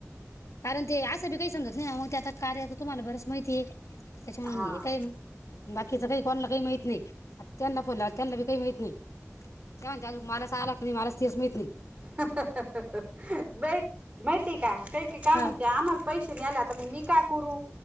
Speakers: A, on the left; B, on the right.
A: कारण ते अस काही समजत नाही मग त्या आता कार्य तर तुम्हाला बरंच माहिती आहे. त्याच्या म्हणूनय
B: हा
A: काय मग बाकीच काही कोणाला काही माहीत नाही त्यांना फोन लावंला त्यांना बी काही माहीत नाही त्या म्हणत्यात मलाचं आला का नाही मलाच तेच माहीत नाही.
B: ब माहिती का काही का काय
A: हा
B: म्हणते आम्हाला पैसे नाहीले आता म मी का करू